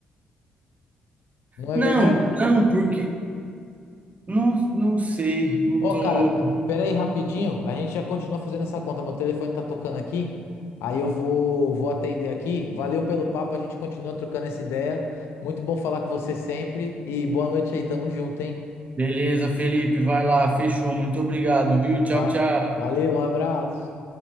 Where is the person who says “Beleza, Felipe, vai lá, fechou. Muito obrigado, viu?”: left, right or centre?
Right